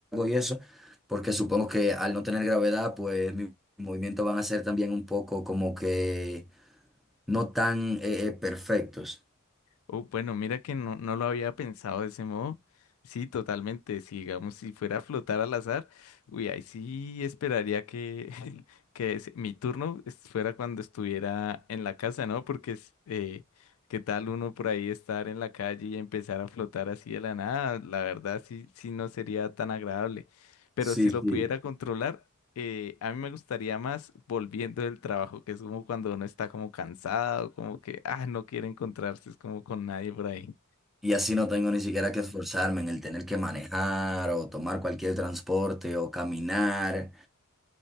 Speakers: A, in the centre; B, on the left (about 85°).
A: y eso, porque supongo que al no tener gravedad, pues mis movimientos van a ser también un poco como que no tan eh, eh, perfectos.
B: Oh, bueno, mira que no, no lo había pensado de ese modo. Sí, totalmente. Si digamos, si fuera a flotar al azar, uy, ahí sí esperaría que, <laughs> que es- mi turno es- fuera cuando estuviera en la casa, ¿no? Porque es, eh, qué tal uno por ahí estar en la calle y empezar a flotar así de la nada, la verdad sí, sí no sería tan agradable. Pero
A: Sí,
B: si lo
A: sí.
B: pudiera controlar, eh, a mí me gustaría más volviendo del trabajo, que es como cuando uno está como cansado, como que, ah, no quiere encontrarse, es como con nadie por ahí.
A: Y así no tengo ni siquiera que esforzarme en el tener que manejar o tomar cualquier transporte o caminar.